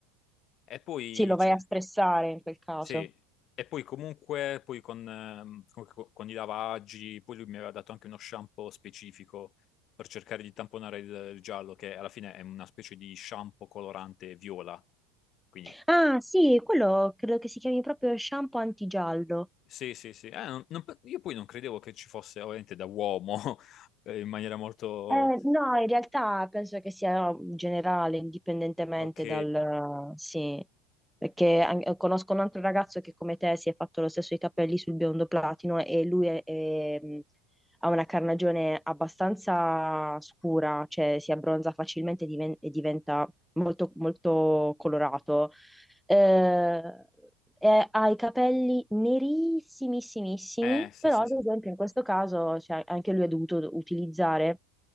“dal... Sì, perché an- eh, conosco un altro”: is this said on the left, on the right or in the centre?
Centre